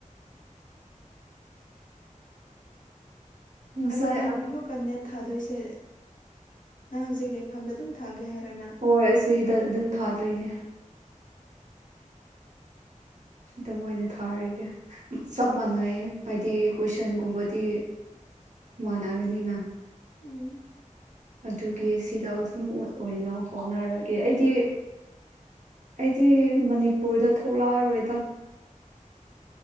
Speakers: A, on the right; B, on the left.
A: ꯉꯁꯥꯏ
B: ꯑꯗꯣ ꯅꯪ ꯑꯃꯨꯛꯀ ꯅꯦꯠ ꯊꯥꯗꯣꯏꯁꯦ ꯅꯪ ꯍꯧꯖꯤꯛ ꯂꯩꯐꯝꯗ ꯑꯗꯨꯝ ꯊꯥꯒꯦ ꯍꯥꯏꯔꯣ ꯅꯪ
A: ꯍꯣꯏ ꯑꯁꯤꯗ ꯑꯗꯨꯝ ꯊꯥꯗꯣꯏꯅꯦ ꯗ ꯑꯣꯏꯅ ꯊꯥꯔꯒꯦ ꯆꯞ ꯃꯥꯟꯅꯩꯌꯦ ꯍꯥꯏꯗꯤ ꯀꯣꯏꯁꯟꯒꯨꯝꯕꯗꯤ ꯃꯅꯥꯒꯅꯤꯅ
B: ꯎꯝ
A: ꯑꯗꯨꯒꯤ ꯁꯤꯗꯜ ꯁꯨꯝ ꯑꯣꯏꯅ ꯍꯣꯠꯅꯔꯒꯦ ꯑꯩꯗꯤ ꯑꯩꯗꯤ ꯃꯅꯤꯄꯨꯔꯗ ꯊꯣꯛꯂꯛꯑꯔꯣꯏꯗ